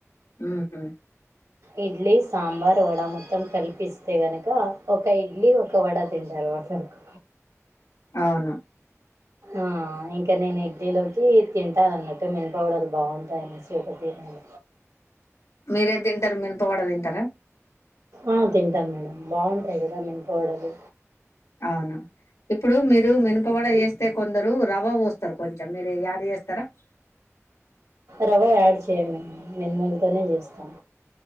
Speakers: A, on the left; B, on the right.
A: ఉహు
B: ఇడ్లీ సాంబార్ వడ మొత్తం కలిపిస్తే గనుక ఒక ఇడ్లీ ఒక వడ తింటారు వా సరుకు
A: అవును
B: ఆ ఇంకా నేను ఇడ్లీలోకి తింటాలన్నట్టు మీనుప వడలు బాగుంటాయనేసి ఒకటి ఇ
A: మీరే ఏది తింటారు మినపవాడ తింటారా
B: ఆ తింటాం మేడం బాగుంటాయి కదా వినుప వడలు
A: అవును ఇప్పుడు మీరు మనుపవడ వస్తే కొందరు ర్వ పోస్తారు కొంచ చం మీరు యాడ్ చెస్
B: రవా యాడ్ చెయ్యము మేము మీనుములతోనే చేస్తాం